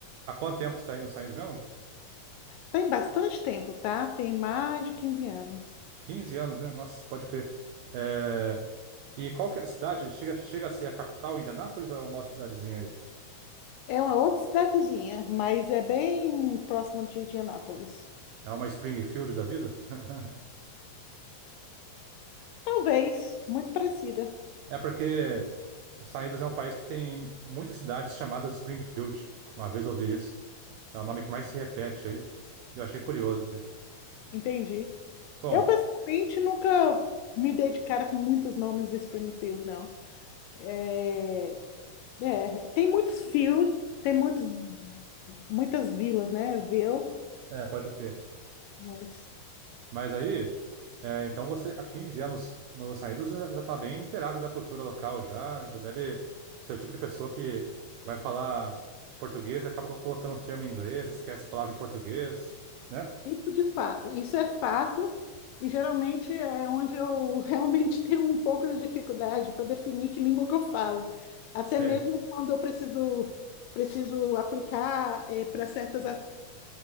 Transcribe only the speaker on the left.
Tem bastante tempo, tá? Tem mais de 15 anos.
É uma outra cidadezinha, mas é bem próximo de Indianápolis.
Talvez, muito parecida.
Entendi.
Eu, pessoalmente, nunca me dei de cara com muitos nomes de Springfield, não. É, é, tem muitos field, tem muitos, muitas vilas, né? Ville,
mas
isso de fato, isso é fato, e geralmente é onde eu <laughs> realmente tenho um pouco de dificuldade para definir que língua que eu falo. Até
mesmo quando eu preciso, preciso aplicar para certas